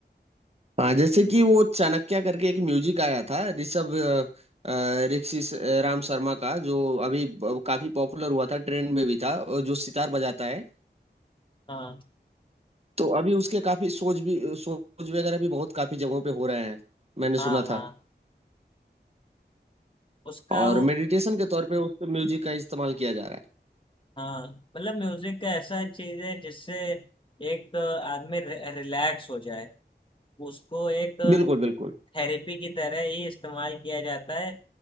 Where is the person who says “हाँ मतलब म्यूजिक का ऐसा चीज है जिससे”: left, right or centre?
Left